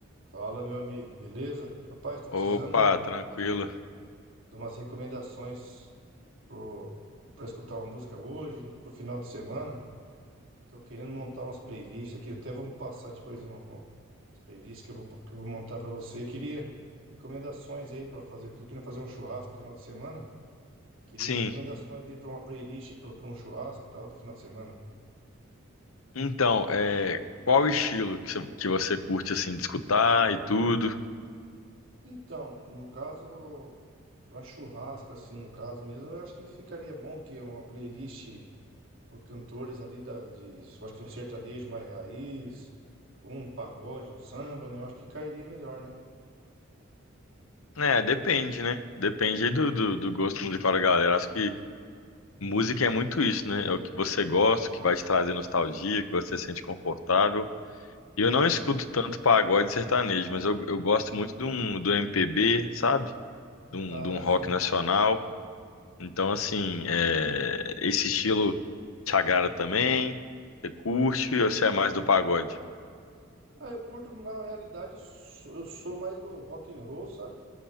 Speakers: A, on the right; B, on the left.
A: Fala, meu amigo, beleza? Rapaz, tô precisando
B: Opa,
A: de, uma-
B: tranquilo.
A: de umas recomendações pro, pra escutar uma música hoje, pro final de semana. Tô querendo montar umas playlists aqui, até vamos passar depois um, um, as playlists que eu vou, que eu vou montar pra você. Queria recomendações aí pra fazer, eu queria fazer um churrasco no final de semana. Queria
B: Sim,
A: umas recomendações aí pra uma playlist, pra pra um churrasco e tal, no final de semana.
B: então, é, qual o estilo que você, que você curte, assim, de escutar e tudo?
A: Então, no caso, pra churrasco, assim, no caso mesmo, eu acho que ficaria bom que uma playlist. por cantores ali da, de, eu acho que um sertanejo mais raiz, ou um pagode, um samba, né? Eu acho que cairia melhor, né?
B: É, depende, né? Depende aí do, do, do gosto musical da galera. Acho que música é muito isso, né? É o que você gosta, o que vai te trazer nostalgia, que você se sente confortável. E eu não
A: Sim.
B: escuto tanto pagode sertanejo, mas eu, eu gosto muito de um, do MPB, sabe? De um,
A: Ah,
B: de um rock
A: sim.
B: nacional. Então, assim, é, esse estilo te agrada também? Você curte ou você é mais do pagode?
A: Ah, eu curto, na realidade, eu sou, eu sou mais do rock and roll, sabe?